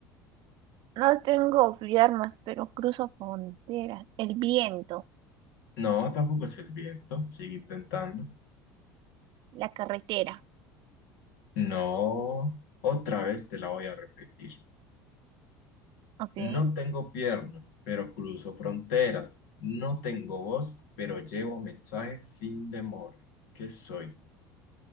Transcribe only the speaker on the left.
No, tampoco es el viento. Sigue intentando.
No, otra vez te la voy a repetir.
No tengo piernas, pero cruzo fronteras. No tengo voz, pero llevo mensajes sin demora. ¿Qué soy?